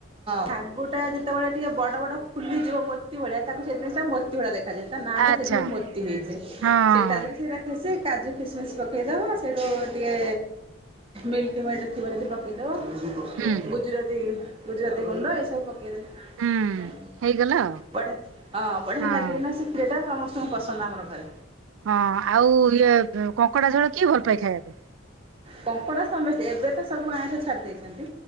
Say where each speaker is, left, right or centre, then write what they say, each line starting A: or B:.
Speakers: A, on the right (about 30°); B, on the right (about 80°).
A: ଶାଗୁ ଟା ଯେତେବେଳେ ଟିକେ ବଡ ବଡ ଫୁଲି ଯିବ ମୋର୍ତି ଭଳିଆ ତାକୁ ସେ ଜିନି ଟା ମୋତି ଭଳିଆ ଦେଖ ତା ନାଆଁ
B: ଆଚ୍ଛା
A: ଟା ସେଥି ପାଇଁ ମୋତି ହେଇଛି
B: ହଁ
A: ସେ
B: ହଁ
A: ତାଦିରେ ସେଇଟା ଖେସେ କାଜୁ କିସମିସ ପକାଇଦେବା ସେଇଠୁ ଟିକେ ମିଲ୍କି ମେଡ଼୍ ଥିବ ଯଦି ପକାଇଦେବ ଗୁଜୁରାତି
B: ହୁଁ।
A: ଗୁଜୁରତି ଗୁଣ୍ଡ ଏସବୁ ପ କୁଆଡ଼େ
B: ହୁଁ ହେଇଗଲା ଆଉ।
A: ହଁ ବଢିଆ
B: ହଁ।
A: ଲାଗିବ ନା ଖିରି ଟା। ସମସ୍ତଙ୍କୁ ପସନ୍ଦ ଆମର ଘରେ।
B: ହଁ ଆଉ ଇଏ କଙ୍କଡ଼ା ଝୋଳ କିଏ ଭଲ ପାଏ ଖାଇବାକୁ?
A: କଙ୍କଡ଼ା ସମସ୍ତେ ଏବେ ତ ସବୁ ଆଇଁସ ଛାଡ଼ି ଦେଇେଇଛନ୍ତି